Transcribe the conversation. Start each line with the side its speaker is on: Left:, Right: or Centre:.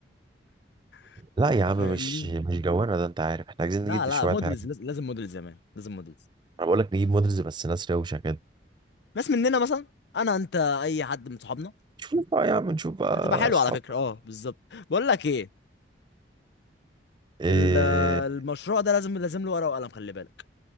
Left: <laughs>
Right: لا يا عم
Left: انت فاهمني
Right: مش مش جوانا ده انت عارف احنا عايزين
Left: لا
Right: نجيب
Left: لا
Right: شويه
Left: مودلز
Right: حاجه
Left: لازم لازم مودلز يا مان لازم مودلز
Right: انا بقول لك نجيب مودلز بس ناس روشه كده
Left: ناس مننا مثلا انا انت اي حد من صحابنا
Right: نشوف بقى يا عم نشوف بقى
Left: هتبقى حلو
Right: اصحاب
Left: على فكره اه بالظبط بقول لك ايه
Right: ايه
Left: ال- المشروع ده لازم لازم له ورقه وقلم خلي بالك